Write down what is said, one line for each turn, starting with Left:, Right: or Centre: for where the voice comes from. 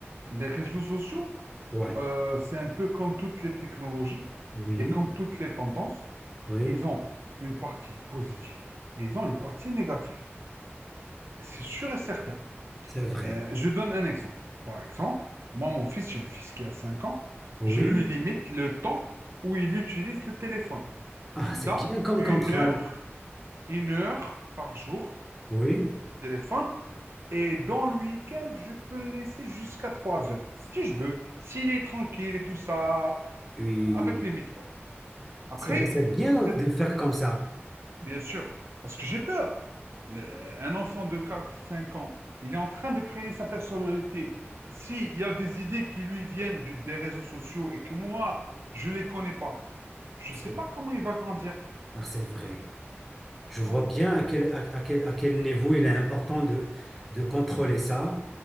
Right: les réseaux sociaux,
Centre: Ouais.
Right: euh, c'est un peu comme toutes les technologies
Centre: Oui,
Right: et comme toutes les tendances,
Centre: oui,
Right: ils ont une partie positive et ils ont une partie négative. C'est sûr et certain.
Centre: c'est vrai.
Right: Euh, je donne un exemple. Par exemple, moi, mon fils, j'ai un fils qui a 5 ans,
Centre: Oui.
Right: je lui limite le temps où il utilise le téléphone.
Centre: Ah,
Right: Il
Centre: c'est
Right: a
Centre: bien comme
Right: une
Centre: contrôle.
Right: heure, une heure par jour
Centre: Oui,
Right: de téléphone, et dans le week-end, je peux le laisser jusqu'à 3 heures, si je veux, s'il est tranquille et tout ça,
Centre: oui.
Right: avec limite quoi. Après,
Centre: C'est vrai, c'est bien
Right: cette
Centre: de faire comme ça.
Right: Bien sûr, parce que j'ai peur. Le- un enfant de 4, 5 ans, il est en train de créer sa personnalité. S'il y a des idées qui lui viennent du- des réseaux sociaux et que moi, je ne les connais pas, je
Centre: C'est
Right: ne sais pas comment il va grandir.
Centre: ah, c'est vrai. Je vois
Right: Voilà.
Centre: bien à quel, à, à quel, à quel niveau il est important de, de contrôler ça.